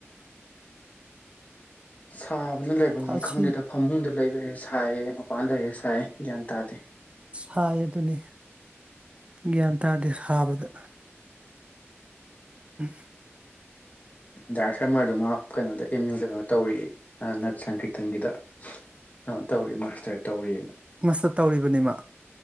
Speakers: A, on the left (about 35°); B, on the right (about 25°).
A: ꯁꯥꯕ ꯅ ꯂꯩꯐꯝ
B: ꯑꯁꯤ
A: ꯉꯈꯪꯗꯦꯗ ꯐꯃꯨꯡꯗ ꯂꯩꯕꯩꯔ ꯁꯥꯏꯌꯦ ꯃꯄꯥꯟ ꯂꯩꯔꯦ ꯁꯥꯏ ꯒ꯭ꯌꯥꯟ ꯇꯥꯗꯦ
B: ꯍꯥꯏ ꯑꯗꯨꯅꯤ ꯒ꯭ꯌꯥꯟ ꯇꯥꯗꯦ ꯁꯥꯕꯗ ꯎꯝ
A: ꯗꯥꯔ ꯁꯝꯃꯔꯗꫭ ꯃꯥ ꯀꯩꯅꯣꯗ ꯑꯦꯝ ꯌꯨꯗ ꯀꯩꯅꯣ ꯇꯧꯔꯤ ꯑꯌꯦ ꯑꯥ ꯅꯠ ꯁꯪꯀꯤ꯭ꯔꯤꯇꯟꯒꯤꯗ ꯑ ꯇꯧꯔꯤ ꯃꯥꯁꯇꯔ ꯇꯧꯔꯤ ꯑꯅ
B: ꯃꯁꯇ ꯇꯧꯔꯤꯕꯅꯦ ꯃꯥ